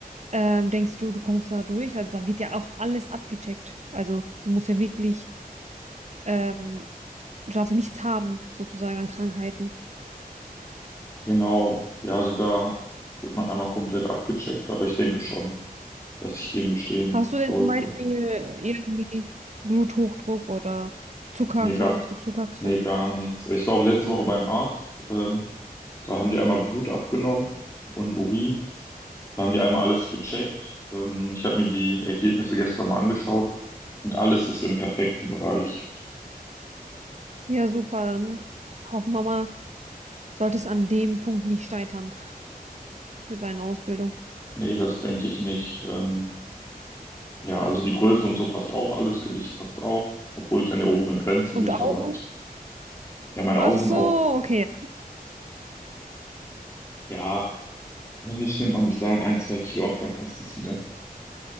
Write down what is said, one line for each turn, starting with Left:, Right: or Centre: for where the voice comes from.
Right: Ähm, denkst du, du kommst da durch? Also da wird ja auch alles abgecheckt. Also du musst ja wirklich, ähm, du darfst ja nichts haben, sozusagen an Krankheiten.
Left: Genau. Ja, also da wird man einmal komplett abgecheckt, aber ich denke schon, dass ich den bestehen
Right: Hast du denn
Left: sollte.
Right: zum Beispiel irgendwie Bluthochdruck oder Zuckerkrank?
Left: Nee, gar,
Right: Bist du zuckerkrank?
Left: nee, gar nichts. Ich war auch letzte Woche beim Arzt. Ähm, da haben die einmal Blut abgenommen und Urin. Da haben die einmal alles gecheckt. Ähm, ich habe mir die Ergebnisse gestern mal angeschaut und alles ist im perfekten Bereich.
Right: Ja, super, dann hoffen wir mal, sollte es an dem Punkt nicht scheitern für deine Ausbildung.
Left: Nee, das denke ich nicht. Ähm, ja, also die Größe und so passt auch, alles Gewicht passt auch, obwohl ich an der oberen Grenze
Right: Und
Left: bin.
Right: Augen?
Left: Aber ja, meine
Right: Ach
Left: Augen
Right: so,
Left: sind auch,
Right: okay.
Left: ja, wenn nicht, nimmt man bis dahin ein, zwei Kilo ab, dann passt es wieder.